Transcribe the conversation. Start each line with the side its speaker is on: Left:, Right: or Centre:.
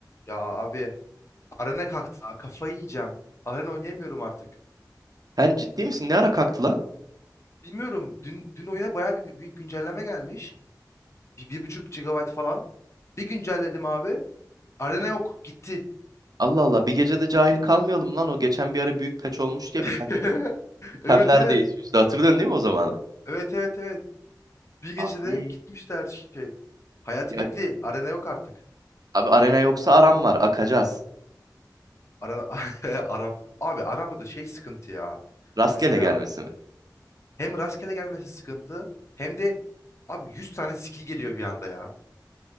Left: Ya abi arena kalktı. ha, Kafayı yiyeceğim. Arena oynayamıyorum artık.
Right: Sen ciddi misin? Ne ara kalktı lan?
Left: Bilmiyorum. Dün dün oyuna bayağı bir gü- büyük güncelleme gelmiş. Bir, bir buçuk gigabyte falan. Bir güncelledim abi. Arena yok. Gitti.
Right: Allah Allah bir gecede cahil kalmayalım lan o geçen bir ara büyük peç olmuş diye
Left: <laughs>
Right: birkaç
Left: Evet
Right: kemlerdeyiz
Left: evet.
Right: işte hatırladın değil mi o zamanı?
Left: Evet evet evet. Bir gecede
Right: Abi.
Left: gitmişti her şey. Hayat
Right: Ya,
Left: bitti. Arena yok artık.
Right: abi arena yoksa aram var akacağız.
Left: Arana, <laughs> aram. Abi aramda da şey sıkıntı ya.
Right: Rastgele
Left: Mesela
Right: gelmesi mi?
Left: hem rastgele gelmesi sıkıntı hem de abi 100 tane skill geliyor bir anda ya.